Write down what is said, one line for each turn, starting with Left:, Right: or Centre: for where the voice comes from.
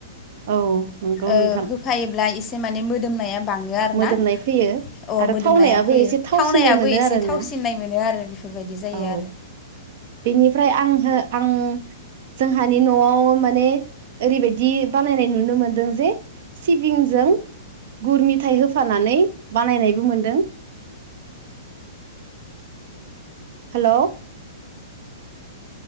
Right: औ नंगौ
Left: ओ
Right: नोंथां
Left: होफायोब्ला एसे माने मोदोमनाया बाङो आर
Right: मोदोमनाय
Left: ना
Right: फैयो
Left: अ
Right: आरो
Left: मोदोमनाया
Right: थावनायाबो
Left: फैयो
Right: एसे थावसिननाय
Left: थावनायाबो
Right: मोनो
Left: एसे
Right: आरोना
Left: थावसिननाय मोनो आरो बेफोरबायदि जायो
Right: औ
Left: आरो
Right: बेनिफ्राय आंहो आं जोंहानि न आव माने ओरैबायदि बानायनाय नुनो मोनदों जे सिबिंजों गुर मिथाइ होफानानै बानायनायबो मोनदों <inaudible> हेल